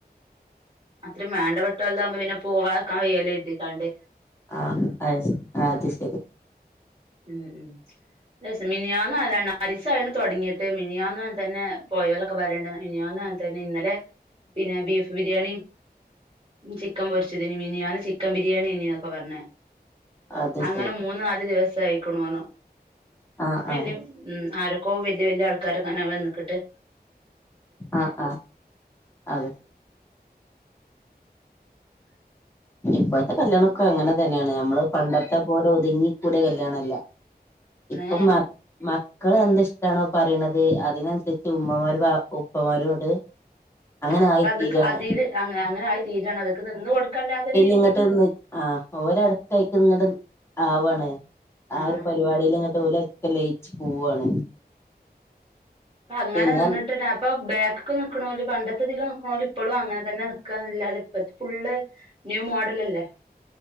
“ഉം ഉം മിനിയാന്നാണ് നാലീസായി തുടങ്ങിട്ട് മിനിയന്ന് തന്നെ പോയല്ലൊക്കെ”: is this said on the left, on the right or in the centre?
Right